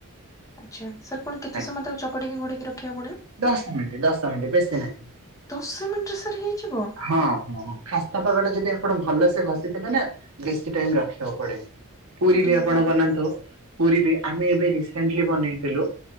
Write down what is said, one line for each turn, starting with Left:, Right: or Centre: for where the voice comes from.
Left: ଆଛା ସାର୍ ପୁଣି କେତେ
Right: ଆଜ୍ଞା
Left: ସମୟ ତାକୁ ଚକିକି ଘୋଡ଼େଇକି ରଖିବାକୁ ପଡିବ?
Right: ଦଶ ମିନିଟ ଦଶ ମିନିଟ ବେଶି ନାହିଁ।
Left: ଦଶ ମିନିଟରେ ସାର୍ ହେଇଯିବ?
Right: ହଁ ହଁ ହଁ ଖାସ୍ତା ପାଗଟା ଯଦି ଆପଣ ଭଲସେ ଘଷିଥିବେ ନା ବେଶୀ ଟାଇମ ରଖିବାକୁ ପଡେନି। ପୁରୀ
Left: ଆରେ
Right: ବି ଆପଣ
Left: ଆରେ ବା
Right: ବନାନ୍ତୁ। ପୁରୀ ବି ଆମେ ଏବେ ରିସେଣ୍ଟଲି ବନେଇଥିଲୁ